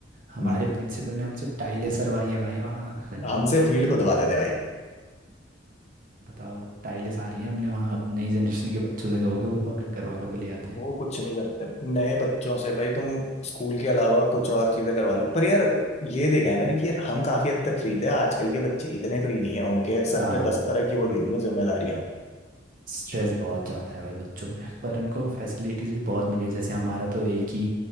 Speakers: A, on the right (about 45°); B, on the left (about 35°).
A: हमारे
B: हम्म,
A: प्रिंसिपल ने हमसे टाइलें सरवाई हैं भाई वहाँ
B: हमसे फील्ड खुदवाते थे भाई
A: बताओ टाइलें आ रही हैं हमने वहाँ अब नई जनरेशन के बच्चों से कहोगे वो तो अपने घर वालों को ले आते हैं
B: वो कुछ नहीं करते नए बच्चों से भाई तुम स्कूल के अलावा कुछ और चीजें करवा लो पर यार ये देखा है मैंने कि यार हम काफी हद तक फ्री थे आजकल के बच्चे इतने फ्री नहीं है उनके सर
A: हाँ
B: पे दस तरह की
A: उन
B: वो दे दी हैं जिम्मेदारियां
A: स्ट्रेस बहुत ज़्यादा है भाई बच्चों पे पर उनको फैसिलिटीज़ भी बहुत मिली है जैसे हमारा तो एक ही